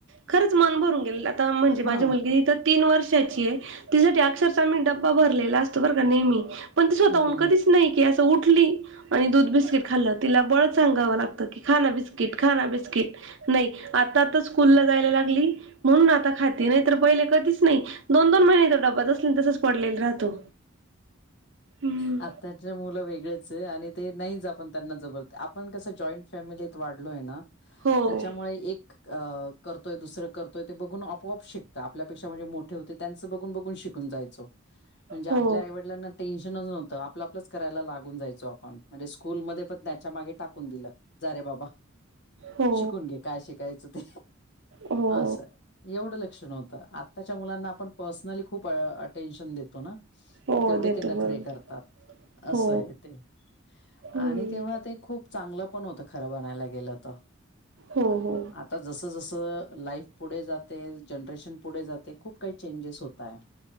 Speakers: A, on the right (about 65°); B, on the left (about 60°).
A: खरंच मन भरून गेले आता म्हणजे
B: हा
A: माझी मुलगी तर तीन वर्षाची आहे तिच्यासाठी अक्षरशः मी डबा भरलेला असतो बर का नेहमी पण ती स्वतःहून
B: हम्म हम्म.
A: कधीच नाही की असं उठली आणि दूध बिस्किट खाल्लं, तिला बळच सांगावं लागतं की खाना बिस्किट खाना बिस्किट. नाही आता आता स्कूलला जायला लागली म्हणून आता खाती नाहीतर पहिले कधीच नाही. दोन दोन महिने त्या डब्बात असल तसंच पडलेला राहतो. हम्म
B: आ त्ताचे मुलं वेगळेच आहे आणि ते नाहीच आपण त्यांना जबर, आपण कसं जॉईंट फॅमिलीत वाढलोय ना
A: हो.
B: त्याच्यामुळे एक अ करतोय दुसरं करतोय ते बघून आपोआप शिकतं, आपल्यापेक्षा म्हणजे मोठे होते त्यांचं बघून बघून शि कून जायचो म्हणजे आ
A: हो
B: पल्याला टेन्शनच नव्हतं आप आपलंच करायला लागून जायचो, आपण म्हणजे स्कूलमध्ये पण त्याच्या मागे टाकून दिलं. जा रे बाबा
A: हो
B: शिकून घे, काय शिकायचं ते.
A: हो
B: असंय. एवढं लक्ष नव्हतं, आत्ताच्या मुलांना आपण पर्सनली खूप अटेन्शन देतो ना. मग
A: हो
B: तेवढे
A: देतो
B: ते नखरे
A: बरोबर
B: करतात, असं
A: हो
B: आहे ते.
A: हम्म
B: आणि तेव्हा ते खूप चांगलं पण होतं खरं म्हणायला गेलं तर.
A: हो हो.
B: आता जसं-जसं लाईफ पुढे जाते, जनरेशन पुढे जाते, खूप काही चेंजेस होत आहे.